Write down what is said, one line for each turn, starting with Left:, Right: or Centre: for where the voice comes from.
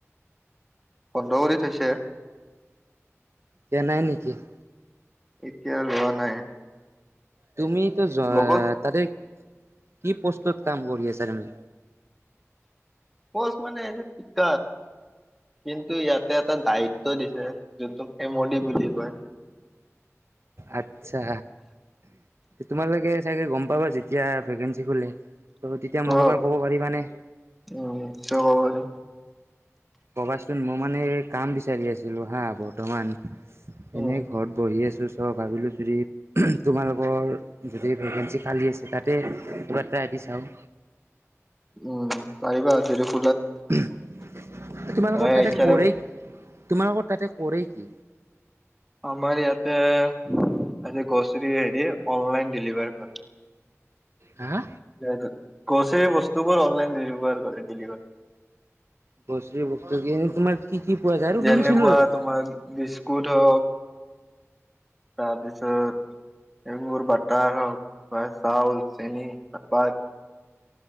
Centre: বন্ধ কৰি থৈছে
Right: কে ন নেকি <unintelligible>
Centre: এতিয়া লোৱা নাই
Right: তুমি তো য
Centre: ল'ব
Right: তাৰে <unintelligible> কি প্ৰস্তুত কাম কৰি আছা তুমি
Centre: খজ মানে যে পিক কিন্তু ইয়াতে এটা দায়িত্ব দিছে যোনটো এমডি বুলি কয়
Right: আত্ছা তোমালোকে চাগে গম প <unintelligible> পাবা যেতিয়া ভেকেঞ্চি খোলে ত তেতিয়া মোক
Centre: অ
Right: এবাৰ কব পাৰিবানে
Centre: উম নিশ্চয় কব পাৰিম
Right: কবাচোন মোৰ মানে কাম বিচাৰি আছিলো হা বৰ্তমান
Centre: উম
Right: এনে ঘৰত বহি আছো চ' ভাবিলোঁ যদি তোমালোকৰ যদি ভেকেঞ্চি খালী আছে তাতে ক টাই পিছাওঁ
Centre: উম পাৰিবা আজদি <unintelligible>
Right: তোমালোকৰ
Centre: মানে
Right: তাতে
Centre: এইচ
Right: কৰেই
Centre: আৰে
Right: তোমালোকৰ তাতে কৰেই <inaudible>
Centre: আমাৰ ইয়াতে আ গছৰি হেৰি অনলাইন ডেলিভাৰী কৰে
Right: হা
Centre: স কৈছে বস্ত <unintelligible> টোবোৰ অনলাইন ডেলিভাৰ কৰে ডেলিভাৰ
Right: গ্ৰচৰী বস্তু কি তোমাৰ কি কি পোৱা যায় আৰু
Centre: যেনেকুৱা
Right: শুনিছিলোঁ ৰ'বা
Centre: তোমাৰ বিস্কুট হওক তাৰপিছত এইবোৰ বাটাৰ হওক বা চাউল চেনি চপাত